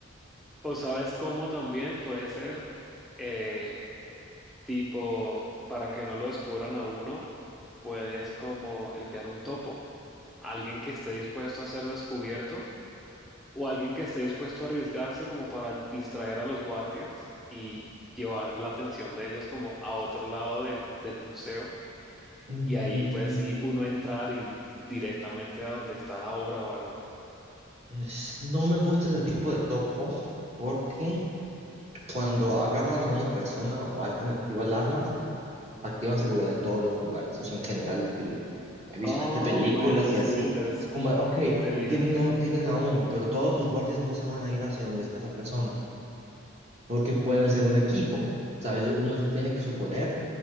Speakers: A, in the centre; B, on the right (about 30°).
A: O sabes cómo también puede ser. eh, Tipo, para que no lo descubran a uno, puedes como enviar un topo, alguien que esté dispuesto a ser descubierto o alguien que esté dispuesto a arriesgarse como para distraer a los guardias y llevar la atención de ellos como a otro lado del, del museo.
B: Mm,
A: Y ahí pues sí, uno entrar y, y directamente a donde está la obra o algo.
B: Es- No me gusta ese tipo de topo porque cuando agarran a una persona o alguien activa alarmas, activan seguridad en todos los lugares. O sea, en general lo que yo he visto
A: Oh,
B: de películas
A: bueno, sí,
B: y así,
A: interes-
B: es como,
A: in-
B: ok,
A: inteligente.
B: tienen a, tienen a uno, pero todos los guardias no se van a ir hacia donde está esa persona porque pueden ser un equipo. ¿Sabes? Uno tiene que suponer